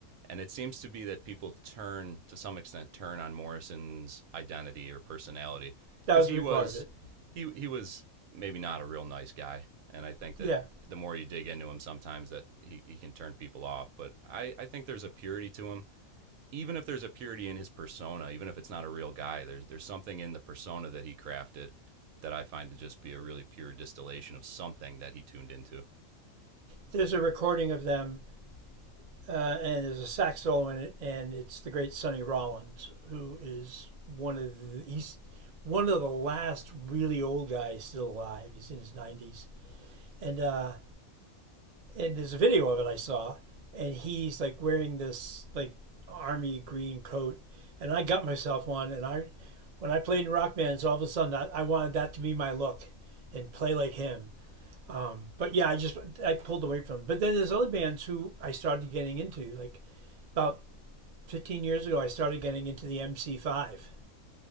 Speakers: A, on the right (about 80°); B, on the right (about 50°).
A: And it seems to be that people turn to some extent turn on Morrison's identity or personality
B: That
A: because
B: was
A: he
B: a big
A: was
B: part of it.
A: he he was maybe not a real nice guy, and I think that
B: Yeah.
A: the more you dig into him, sometimes that he, he can turn people off. But I I think there's a purity to him even if there's a purity in his persona, even if it's not a real guy, there's there's something in the persona that he crafted that I find to just be a really pure distillation of something that he tuned into.
B: There's a recording of them, uh, and there's a sax solo in it, and it's the great Sonny Rollins, who is one of the, he's one of the last really old guys still alive. He's in his 90s. And uh, and there's a video of it I saw, and he's like wearing this like army green coat, and I got myself one, and I, when I played in rock bands, all of a sudden that I wanted that to be my look, and play like him. Um, but yeah, I just I pulled away from. Him. But then there's other bands who I started getting into, like about 15 years ago, I started getting into the MC5